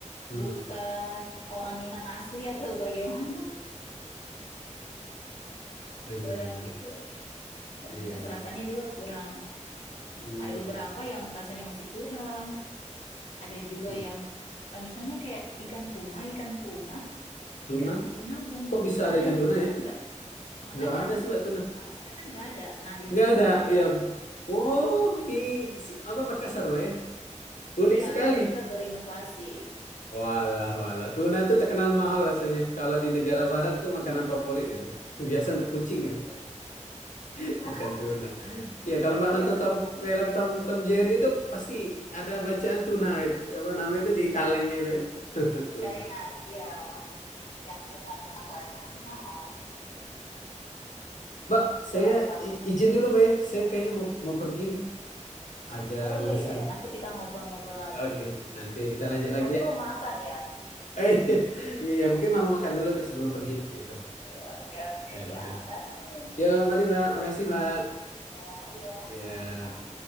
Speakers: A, on the left; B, on the left.
A: Hmm,
B: bukan orang Minang asli atau bagaimana, <laughs>
A: benar-benar.
B: kurang gitu. Dan
A: Iya,
B: rasa-rasanya
A: iya.
B: juga kurang.
A: Hmm.
B: Ada beberapa yang rasanya masih kurang, ada juga
A: hmm.
B: yang Eh, misalnya kayak ikan tuna, ikan tuna
A: Tuna?
B: ikan tuna bumbu
A: Kok bisa
B: Padang
A: ada ikan
B: itu
A: tuna
B: ada
A: ya?
B: nggak? Makanya
A: Nggak ada sih Mbak tuna.
B: harusnya kan nggak ada. Nah, di sini
A: Nggak ada.
B: tuh ada.
A: Ya. Oh, di s- apa Makassar, Mbak ya? Unik
B: Iya,
A: sekali.
B: mereka berinovasi.
A: Walah, walah. Tuna tuh terkenal mahal rasanya. Kalau di negara barat tuh makanan favorit itu. Biasa untuk kucing itu.
B: Iya,
A: <laughs>
B: <laughs> iya,
A: Ikan tuna. Ya, kalau Mbak
B: Ikan
A: nonton Tom,
B: tuna.
A: film Tom Tom Jerry itu pasti ada bacaan tuna itu. Apa namanya itu di kalengnya itu kan. <laughs>
B: di
A: Tuna.
B: kalengan. Iya, ikan tuna, tuna kalengan tuh mahal.
A: Mbak, saya
B: Wah, kalau
A: i- izin dulu Mbak ya. Saya
B: ya.
A: kayaknya mau mau pergi nih. Ada
B: Oh iya
A: urusan.
B: iya ya, nanti kita ngobrol-ngobrol lagi.
A: Oke, nanti kita lanjut lagi
B: Pasti
A: ya.
B: mau makan ya.
A: Eh, <laughs> ya mungkin mau makan dulu nih sebelum pergi gitu.
B: Iya, oke oke
A: Ya, mari.
B: ya. Kasih.
A: Yo, mari Mbak. Makasih Mbak.
B: Iya, iya,
A: Ya.
B: sama-sama.